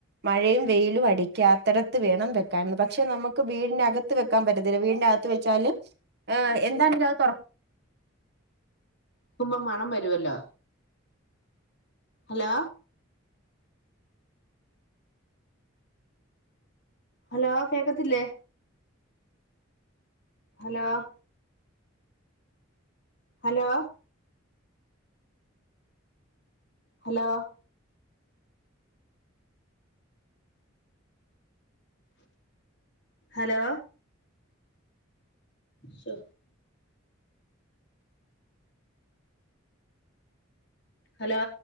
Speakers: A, on the right; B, on the left.
A: മഴയും വെയിലും അടിക്കാത്തടത്ത് വേണം വെക്കാനന്ന് പക്ഷെ നമുക്ക് വീടിനകത്ത് വെക്കാൻ പറ്റത്തില്ല വീടിക വെച്ചാല് എന്നാണിന്നത്
B: ക്കുമ്പോ മണം വരുവല്ലോ ഹലോ ഹലോ കേക്കത്തില്ലേ ഹലോ ഹലോ ഹലോ ഹലോ ശോ ഹലോ